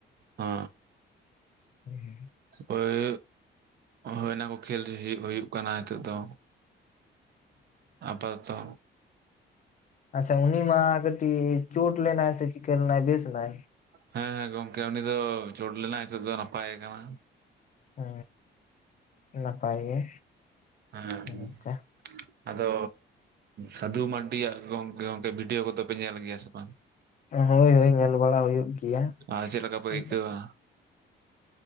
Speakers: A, on the right; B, on the left.
A: ᱚᱻ
B: ᱦᱮᱸ ᱦᱮ
A: ᱳᱭ ᱦᱳᱭ ᱚᱱᱟᱠᱚ ᱠᱷᱮᱞ ᱦᱩ ᱦᱩᱭᱩᱜ ᱠᱟᱱᱟ ᱱᱤᱛᱚᱜ ᱫᱚ᱾ ᱟᱯᱟᱛᱚᱛᱚ
B: ᱟᱪᱪᱷᱟ ᱩᱱᱤ ᱢᱟ ᱠᱟᱴᱤᱡ ᱪᱳᱴ ᱞᱮᱱᱟᱭ ᱥᱮ ᱪᱤᱠ ᱞᱮᱱᱟᱭ ᱵᱮᱥ ᱱᱟᱭ
A: ᱦᱮ ᱜᱚᱢᱠᱮ ᱩᱱᱤ ᱫᱚ ᱪᱩᱴ ᱞᱮᱱᱟᱭ ᱱᱤᱛᱚᱜ ᱫᱚ ᱱᱟᱯᱟᱭ ᱠᱟᱱᱟ᱾
B: ᱦᱩ ᱱᱟᱯᱟᱭ ᱜᱮ᱾
A: ᱦᱮᱸ
B: ᱟᱪᱪᱷᱟ
A: ᱟᱫᱚ ᱥᱟᱫᱷᱩ ᱢᱟᱱᱰᱤ ᱭᱟᱜ ᱜᱚᱢᱠᱮ ᱜᱚᱢᱠᱮ ᱵᱷᱤᱰᱭᱳ ᱠᱚᱫᱚ ᱯᱮ ᱧᱮᱞ ᱜᱮᱭᱟ ᱥᱮ ᱵᱟᱝ?
B: ᱦᱳᱭ ᱦᱳᱭ ᱧᱮᱞ ᱵᱟᱲᱟ ᱦᱩᱭᱩᱜ ᱜᱮᱭᱟ
A: ᱟᱨ ᱪᱮᱫ ᱞᱮᱠᱟ ᱯᱮ ᱟᱭᱠᱟᱣᱟ?
B: ᱟᱫᱚ